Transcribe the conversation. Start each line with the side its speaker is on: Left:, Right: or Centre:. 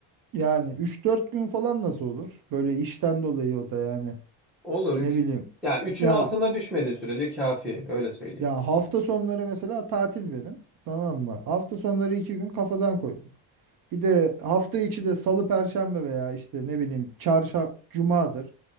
Right: Yani üç dört gün falan nasıl olur? Böyle işten dolayı o da yani.
Centre: Olur üç
Right: Ne bileyim.
Centre: Ya üçün
Right: Ya
Centre: altına düşmediği sürece kafi öyle söyleyeyim.
Right: ya hafta sonları mesela tatil benim. Tamam mı? Hafta sonları 2 gün kafadan koydum. Bir de hafta içi de salı perşembe veya işte ne bileyim çarşamba cumadır.